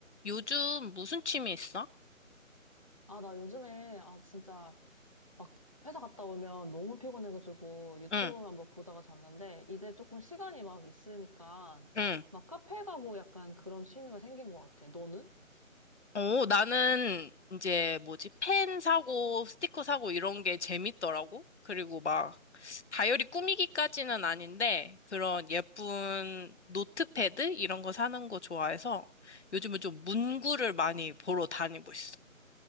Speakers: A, on the left; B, on the right.
A: 요즘 무슨 취미 있어?
B: 아, 나 요즘에, 아, 진짜, 막, 회사 갔다 오면 너무 피곤해가지고 유튜브만
A: 응,
B: 막 보다가 잤는데, 이제 조금 시간이 막 있으니까,
A: 응.
B: 막 카페 가고 약간 그런 취미가 생긴 것 같아. 너는?
A: 오, 나는 이제 뭐지? 펜 사고, 스티커 사고 이런 게 재밌더라고. 그리고 막 다이어리 꾸미기까지는 아닌데 그런 예쁜 노트패드 이런 거 사는 거 좋아해서 요즘은 좀 문구를 많이 보러 다니고 있어.